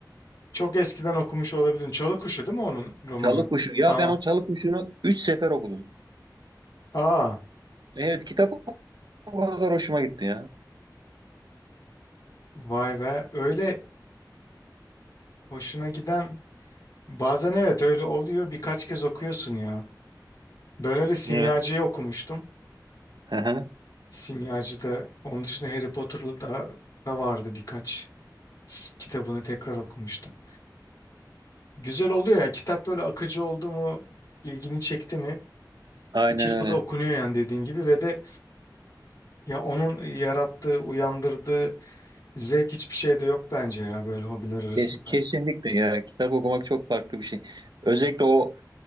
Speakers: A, on the left; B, on the right.
A: Çok eskiden okumuş olabilirim. Çalı Kuşu değil mi onun romanı?
B: Çalı Kuşu. Ya
A: Tamam.
B: ben o Çalı Kuşu'nu üç sefer okudum.
A: Aa,
B: Evet, kitap o kadar hoşuma gitti ya.
A: vay be. Öyle hoşuna giden bazen evet öyle oluyor. Birkaç kez okuyorsun ya. Ben öyle Simyacı'yı
B: Evet.
A: okumuştum.
B: Hı hı.
A: Simyacı'da onun dışında Harry Potter'da da vardı birkaç s- kitabını tekrar okumuştum. Güzel oluyor ya kitap böyle akıcı oldu mu ilgini çekti mi
B: Aynen
A: bir çırpıda
B: öyle.
A: okunuyor yani dediğin gibi ve de ya onun yarattığı uyandırdığı Zevk hiçbir şey de yok bence ya böyle hobiler arasında.
B: Kes, kesinlikle ya. Kitap okumak çok farklı bir şey. Özellikle o